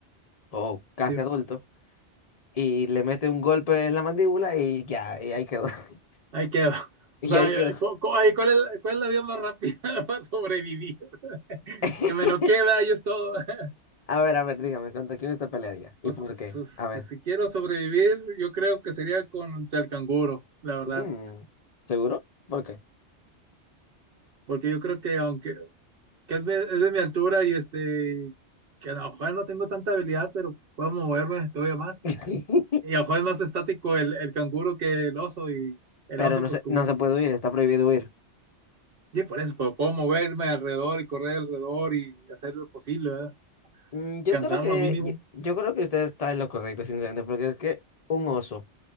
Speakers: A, on the left; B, on the right.
A: o casi
B: sí,
A: adulto, y le mete un golpe en la mandíbula y ya, y ahí quedó. <laughs>
B: ahí queda. <laughs>
A: Y
B: O sea,
A: ahí quedó.
B: cu- cu- ahí, ¿cuál es, cuál es la vía más rápida <laughs> para sobrevivir?
A: <laughs>
B: que me lo queda y es todo. <laughs>
A: A ver, a ver, dígame, ¿contra quién usted pelearía? ¿Y
B: Pues,
A: por qué?
B: si,
A: A ver.
B: si quiero sobrevivir, yo creo que sería con chalcanguro, la verdad.
A: Mm, ¿seguro? ¿Por qué?
B: Porque yo creo que aunque que es, mi- es de mi altura y este, que a lo mejor no tengo tanta habilidad, pero puedo moverme todavía más.
A: <laughs>
B: Y a lo mejor es más estático el, el canguro que el oso y el
A: Pero
B: oso
A: no
B: pues
A: se,
B: como
A: no
B: que...
A: se puede huir, está prohibido huir.
B: Y por eso, pero puedo moverme alrededor y correr alrededor y hacer lo posible, ¿verdad?
A: Mm, Yo
B: Cansar
A: creo que,
B: lo mínimo.
A: yo, yo creo que usted está en lo correcto, sinceramente, porque es que un oso,